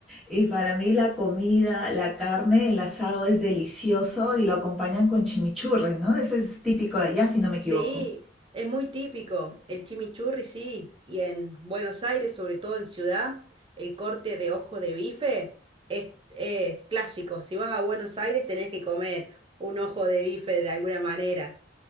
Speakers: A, in the centre; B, on the right (about 30°).
A: y para mí la comida, la carne, el asado es delicioso y lo acompañan con chimichurri, ¿no? Ese es típico de allá, si no me
B: Sí,
A: equivoco.
B: es muy típico. El chimichurri, sí. Y en Buenos Aires, sobre todo en ciudad, el corte de ojo de bife es, es clásico. Si vas a Buenos Aires, tenés que comer un ojo de bife de alguna manera.